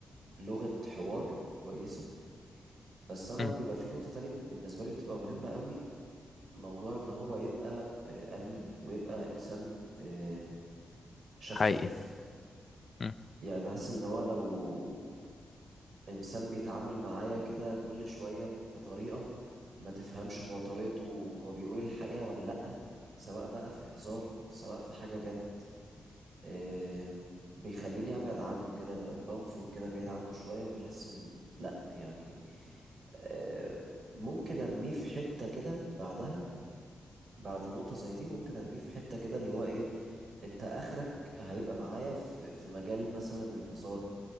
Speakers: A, on the right; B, on the left.
A: لغة حوار كويسة بس انا
B: مم.
A: بيبقى في نقطة تانية بال- بالنسبة لي بتبقى مهمة قوي موضوع ان هو يبقى آه، امين ويبقى انسان آم، شفاف
B: حقيقي مم.
A: يعني بحس ان هو لو انسان بيتعامل معايا كده كل شوية بطريقة ما تفهمش هو طريقته هو بيقول الحقيقة ولا لأ سواء بقى في هزار سواء في حاجة جد آم، بيخليني ابعد عنه كده ب- بنفر كده بعيد عنه شوية وبحس ان لا يعني آم، ممكن ارميه في حتة كده بعدها بعد نقطة زي دي ممكن ارميه في حتة كده اللي هو ايه انت اخرك هيبقى معايا في في مجال مثلا الهزار